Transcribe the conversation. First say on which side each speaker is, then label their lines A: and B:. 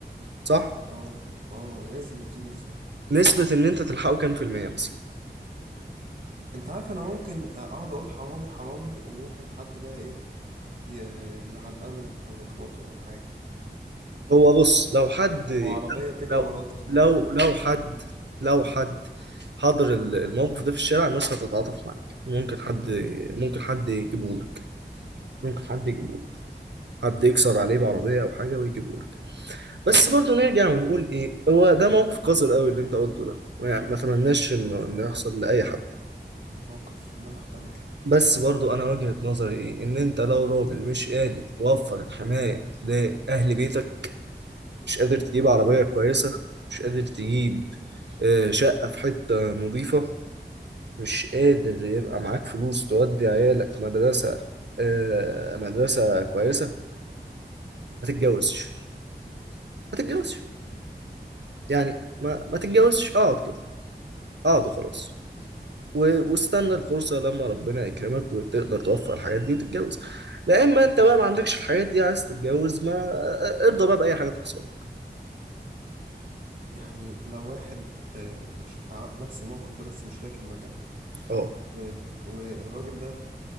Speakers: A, on the right; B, on the right.
A: صح
B: اه اه لازم يطير صح
A: نسبة ان انت تلحقه كام في المية مثلا
B: انت عارف انا ممكن اقعد اقول حرامي حرامي وممكن حد بقى ايه ي- يعنقله او يخبطه او حاجه
A: هو بص لو حد
B: او عربيه تجري
A: لو
B: وراه تخبطه
A: لو
B: ولا
A: لو
B: حاجه
A: حد لو حد حضر ال- الموقف ده في الشارع الناس هتتعاطف معاك ممكن حد ممكن حد يجيبهولك ممكن حد يجيبهولك حد يكسر عليه بعربية أو حاجة ويجيبهولك بس برضو نرجع ونقول إيه هو ده موقف قذر قوي اللي أنت قلته ده يعني ما أتمناش إنه
B: صعب
A: إنه يحصل لأي حد
B: موقف لا يحتمل
A: بس برضو أنا وجهة نظري إيه إن أنت لو راجل مش قادر توفر الحماية لأهل بيتك مش قادر تجيب عربية كويسة مش قادر تجيب آه، شقة في حتة نظيفة مش قادر يبقى معاك فلوس تودي عيالك مدرسة آه، مدرسة كويسة ما تتجوزش ما تتجوزش يعني ما ما تتجوزش اقعد كده اقعد وخلاص و- واستنى الفرصة لما ربنا يكرمك وتقدر توفر الحاجات دي وتتجوز لا اما انت بقى ما عندكش الحاجات دي عايز تتجوز ما ارضى بقى بأي حاجة تحصل لك
B: يعني لو واحد آه، مش ع- نفس الموقف ده بس مش راكب مكنه
A: اه
B: و- والراجل ده